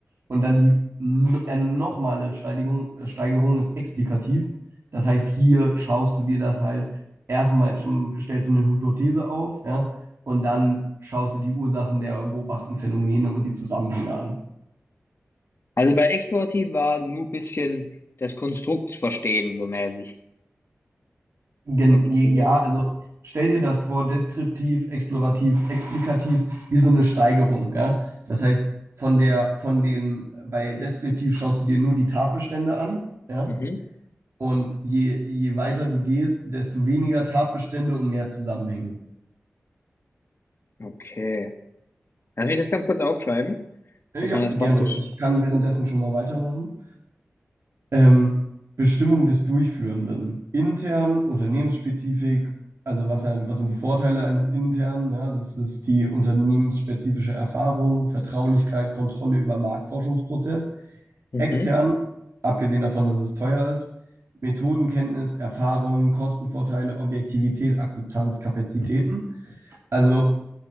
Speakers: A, on the right (about 65°); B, on the left (about 55°).
A: Und dann die n- äh, nochmale Steigerung, äh, Steigerung ist explikativ. Das heißt, hier schaust du dir das halt erstmal schon, stellst du eine Hypothese auf, ja, und dann schaust du die Ursachen der beobachteten Phänomene und die Zusammenhänge an.
B: Also bei explorativ war nur ein bisschen das Konstrukt verstehen, so mäßig.
A: Gen
B: Hetze
A: ja,
B: zu Welt.
A: also stell dir das vor, deskriptiv, explorativ, explikativ, wie so eine Steigerung, ja. Das heißt, von der, von dem, bei deskriptiv schaust du dir nur die Tatbestände an, ja.
B: Mhm.
A: Und je, je weiter du gehst, desto weniger Tatbestände und mehr Zusammenhänge.
B: Okay. Lass mich das ganz kurz aufschreiben,
A: Äh,
B: dass
A: Ja,
B: man das
A: gerne.
B: praktisch.
A: Ich kann währenddessen schon mal weitermachen. Ähm, Bestimmung des Durchführenden. Intern, unternehmensspezifisch, also was, halt- was sind die Vorteile eines internen? Ja, das ist die unternehmensspezifische Erfahrung, Vertraulichkeit, Kontrolle über Marktforschungsprozess.
B: Mhm.
A: Extern, abgesehen davon, dass es teuer ist, Methodenkenntnis, Erfahrung, Kostenvorteile, Objektivität, Akzeptanz, Kapazitäten. Also